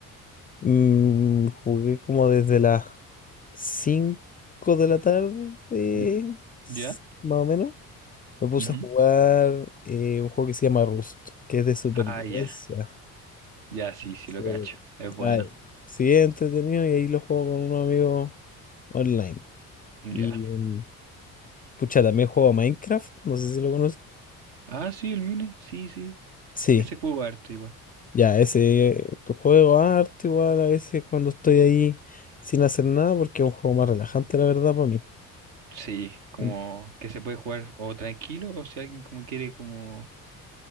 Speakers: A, on the left (about 20°); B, on the right (about 65°).
A: mm, jugué como desde las cinco de la tarde, eh,
B: <laughs>
A: s-
B: ¿Ya?
A: más o menos, me puse
B: Ujú.
A: a jugar eh, un juego que se llama Rust, que es de supervivencia.
B: Ah, ya. Ya, sí, sí
A: Sí,
B: lo cacho. Es bueno.
A: Ay, sí, es entretenido y ahí lo juego con un amigo online.
B: Ya.
A: Y, mm, Pucha, también juego a Minecraft, no sé si lo conoces.
B: Ah, sí, el Mine, sí, sí.
A: Sí,
B: Ese juego harto igual.
A: ya, ese tu juego arte igual a veces cuando estoy ahí sin hacer nada, porque es un juego más relajante, la verdad, para mí.
B: Sí, como
A: An-
B: que se puede jugar o tranquilo o si alguien como quiere como